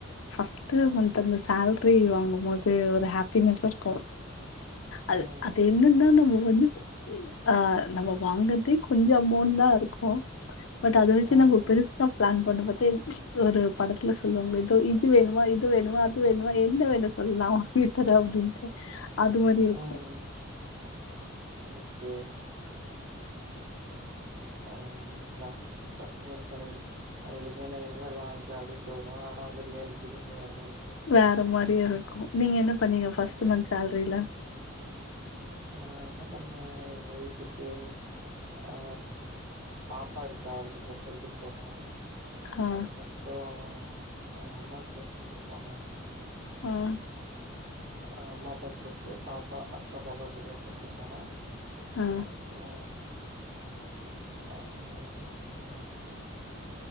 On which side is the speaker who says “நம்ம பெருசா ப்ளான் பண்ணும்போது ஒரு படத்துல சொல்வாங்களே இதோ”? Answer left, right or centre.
Left